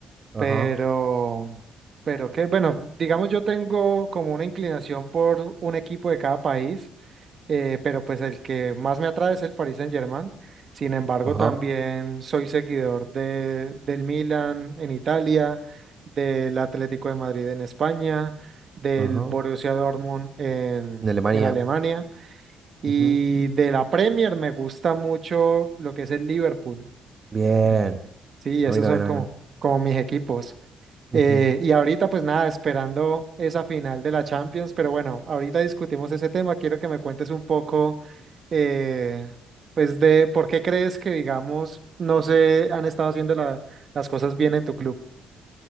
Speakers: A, on the right; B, on the right.
A: Ajá,
B: Pero, pero que, bueno, digamos yo tengo como una inclinación por un equipo de cada país, eh, pero pues el que más me atrae es el Paris Saint-Germain. Sin embargo,
A: ajá,
B: también soy seguidor de, del Milan en Italia, del Atlético de Madrid en España, del
A: ajá.
B: Borussia Dortmund en,
A: De Alemania.
B: en Alemania y
A: Ujú.
B: de la Premier me gusta mucho lo que es el Liverpool.
A: Bien.
B: Ent- Sí, esos
A: A mí también,
B: son
A: a
B: como,
A: mí también.
B: como mis equipos.
A: Ujú.
B: Eh, y ahorita, pues nada, esperando esa final de la Champions, pero bueno, ahorita discutimos ese tema. Quiero que me cuentes un poco, eh, pues, de por qué crees que, digamos, no se han estado haciendo la- las cosas bien en tu club.